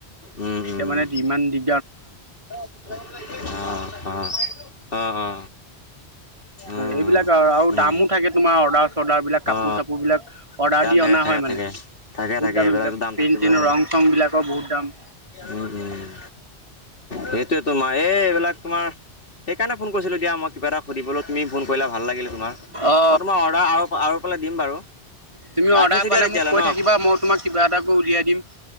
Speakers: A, on the left; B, on the right.
A: উম
B: এতিয়া
A: উম
B: মানে ইমান দি।
A: অ অহ অহ অ। অ উম
B: এইবিলাক আৰু
A: উম
B: দামো থাকে তোমাৰ অৰ্ডাৰ। ৰ্ডাৰ বিলাক কাপোৰ
A: অ
B: চাপোৰ বিলাক অৰ্ডাৰ
A: দাম
B: দি
A: থাকে
B: অনা
A: থাকে
B: হয় মানে।
A: থাকে থাকে
B: বহুত
A: থাকে
B: দাম
A: এইবিলাকতো
B: এইবিলাক পেঞ্চিলৰ
A: থাকিবই
B: ৰং চং বিলাকৰ বহুত দাম।
A: উম উম। সেইটোৱে তো মাৰ এই, এইবিলাক তোমাৰ সেইকাৰণে ফোন কৰিছিলো দিয়া মই কিবা এটা সুধিবলৈ। তুমি ফোন কৰিলে ভাল লাগিলে তোমাৰ,
B: অ
A: মই তোমাৰ অৰ্ডাৰ আৰু আৰুফালে দিম বাৰু।
B: তুমি
A: ৰাখিছোঁ
B: অৰ্ডাৰ পালে
A: দিয়া তেতিয়াহ'লে
B: মোক কৈ
A: ন
B: থাকিবা মই তোমাক কিবা এটা কৰি উলিয়াই দিম।